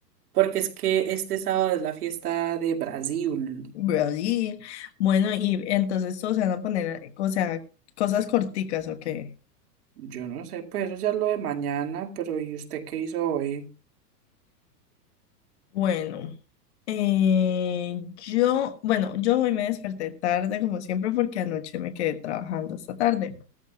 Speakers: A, on the right (about 65°); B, on the left (about 45°).
A: Porque es que este sábado es la fiesta de Brasil.
B: Brody. Bueno, y entonces todos se van a poner, eh, o sea, cosas corticas, ¿o qué?
A: Yo no sé, pues eso ya es lo de mañana, pero ¿y usted qué hizo hoy?
B: Bueno, eh, yo, bueno, yo hoy me desperté tarde, como siempre, porque anoche me quedé trabajando hasta tarde.